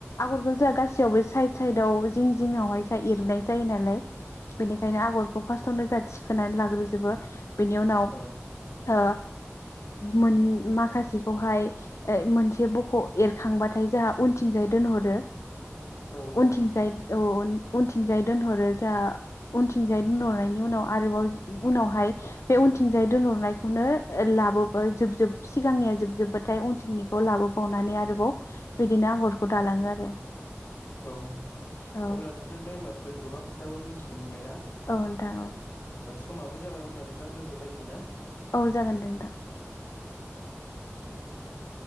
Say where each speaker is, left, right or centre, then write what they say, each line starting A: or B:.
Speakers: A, on the left (about 80°); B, on the left (about 45°).
A: आगरखौ जोंहा गासैयावबो साइद साइदाव जिं जिंवहाय जोंहा एरुनाय जायो नालाय बेनिखायनो आगरखौ फार्स्टावनो जा थिखोनानै लाग्रोजोबो बेनि उनाव
B: औ
A: ओ मोन माखासेखौहाय मोनसे बख' एरखां बाथाय जोंहा उनथिंजाय दोनहरो
B: औ
A: उनथिंजाय
B: औ
A: औ उनथिंजाय दोनहरो जा उनथिंजायै दोनहरनायनि उनाव आरोबाव उनावहाय बे उनथिंजाय दोनहरनायखौनो ओ लाबो जोब जोब सिगांनिया जोबजोबबाथाय उनथिंनिखौ लाबोबावनानै आरोबाव बिदिनो आगरखौ दालांङो आरो
B: औ नोंथां
A: औ
B: अब्ला नोंथांनिफ्राय होमबा गोबां खोथाफोर मिथिनो मोनबाय
A: औ नोंथां औ
B: समाबो जाबाय अब्ला नोंथां दोनथ'लायसै ना
A: औ जागोन दे <inaudible>